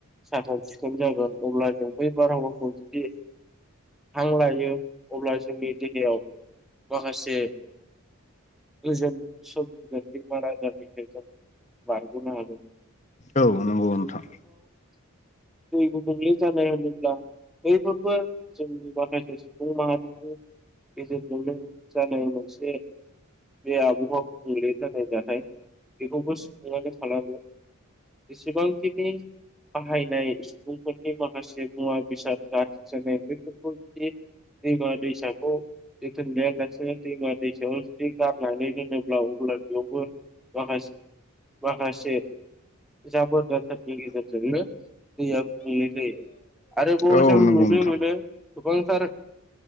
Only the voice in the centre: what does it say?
साखोन सिखोन जागोन अब्ला जों बै बारहावाखौ जुदि हां लायो अब्ला जोंनि देहायाव माखासे गोजोन सबजि बेमार आजारनिफ्राय जों बारग'नो हागोन
<inaudible> दै गुबुंले जानाय होनोब्ला बैफोरबो जोंनि माखासे सुबुं माहारिनि गेजेरजोंनो जानाय मोनसे बे आबुंआव गुबुंले जानाय जाथाय बेखौबो सुबुङानो खालामो जेसेबांखिनि बाहायनाय सुबुंफोरनि माखासे मुवा बेसाद गाज्रि जानाय बेफोरखौ जुदि दैमा दैसा खौ लेथा लायालासिनो दैमा दैसाखौ नानै दोनोब्ला अब्ला बेयावबो माखासे माखासे जाबोर गेजेरजों दैया गुबुंले जायो आरोबाव
जों
नुनो
मोनो गोबांथार